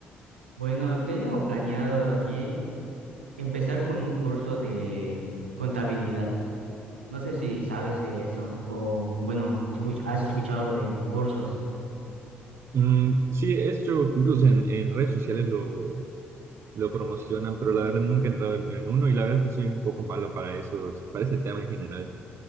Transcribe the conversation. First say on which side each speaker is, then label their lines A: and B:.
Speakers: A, on the right; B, on the right.
A: Bueno, tengo planeado aquí. Empezar con un curso de contabilidad. No sé si sabes de eso o, bueno, escuch- has escuchado de cursos.
B: Mm, sí, he hecho cursos en, en redes sociales, lo, lo promocionan, pero la verdad nunca he entrado en, en uno y la verdad es que soy un poco malo para esos, para ese tema en general.